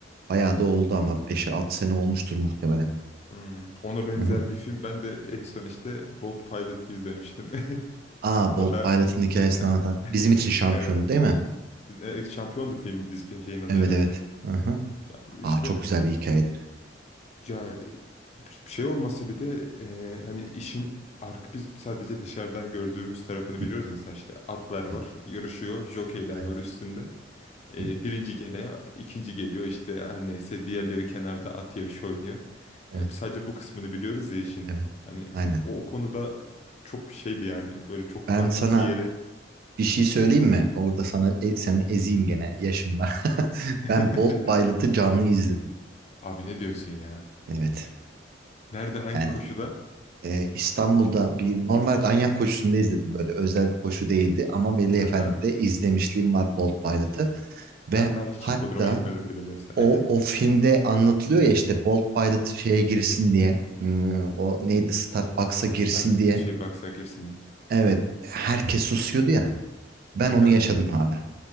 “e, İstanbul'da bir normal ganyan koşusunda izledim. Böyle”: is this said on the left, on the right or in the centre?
Right